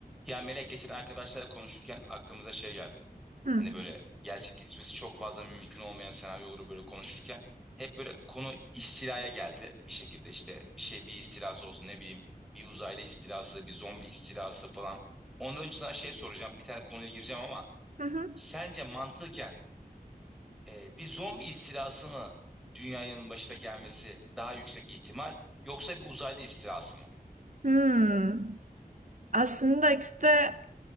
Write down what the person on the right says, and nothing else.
Hı.
Hı hı.
Hmm. Aslında ikisi de